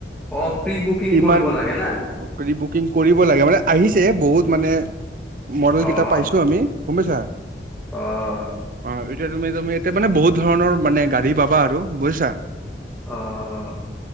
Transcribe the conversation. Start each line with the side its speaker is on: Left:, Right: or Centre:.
Centre: অ' প্ৰি বুকিং
Right: ইমান
Centre: কৰিব লাগে না?
Right: প্ৰি বুকিং কৰিব লাগে। মানে আহিছে বহুত মানে মডেল
Centre: অ',
Right: কিটা পাইছো আমি। গ'ম পইচা?
Centre: অ',
Right: অঁ ইত এতিয়া তুমি তুমি এতিয়া মানে বহুত ধৰণৰ মানে গাড়ী পাবা আৰু বুজছা।
Centre: অ'